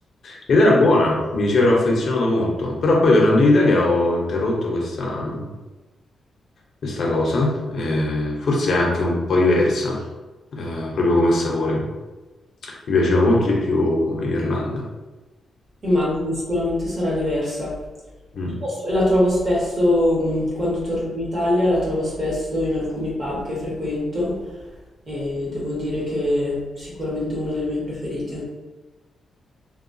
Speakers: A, on the left; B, on the right.
A: Ed era buona, mi ci ero affezionato molto, però poi tornando in Italia ho interrotto questa, questa cosa, eh, forse è anche un po' diversa, eh, proprio come sapore. Mi piaceva molto di più in Irlanda.
B: Immagino, sicuramente sarà diversa.
A: Mm.
B: Io s- la trovo spesso, mh, quando torno in Italia, la trovo spesso in alcuni pub che frequento e devo dire che è sicuramente una delle mie preferite.